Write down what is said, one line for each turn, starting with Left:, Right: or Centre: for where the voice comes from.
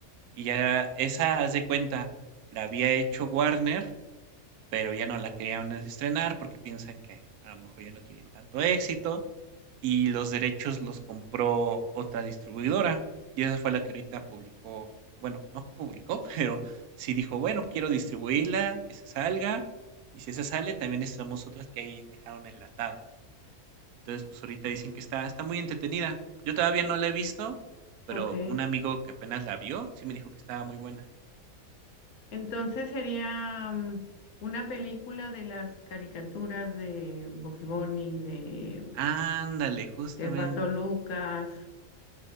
Right: Y ya esa, haz de cuenta, la había hecho Warner, pero ya no la querían estrenar porque piensan que a lo mejor ya no tienen tanto éxito y los derechos los compró otra distribuidora. Y esa fue la que ahorita publicó, bueno, no publicó, <laughs> pero sí dijo, bueno, quiero distribuirla, que se salga. Y si esa sale, también estrenamos otras que ahí dejaron enlatada. Entonces, pues ahorita dicen que está, está muy entretenida. Yo todavía
Left: Sí.
Right: no la he visto, pero
Left: Ok.
Right: un amigo que apenas la vio, sí me dijo que estaba muy buena.
Left: Entonces sería mm, una película de las caricaturas de Bugs Bunny, de,
Right: Ándale, justamente.
Left: del Pato Lucas.